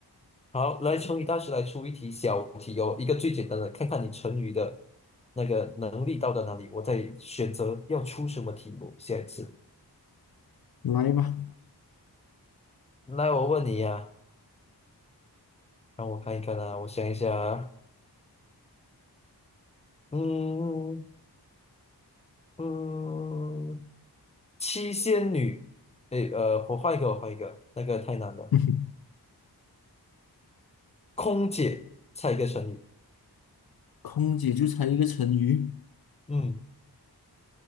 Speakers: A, on the left (about 15°); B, on the left (about 60°).
A: 好，来，成语大师来出一题小题哦，一个最简单的，看看你成语的那个能力到达哪里，我再选择要出什么题目。下一次，
B: 来吧。
A: 来，我问你呀、让我看一看啊，我想一下啊，嗯嗯。七仙女，诶，呃，我换一个，我换一个，那个太难了。
B: <laughs>
A: 空姐，猜一个成语。
B: 空姐就猜一个成语，
A: 嗯，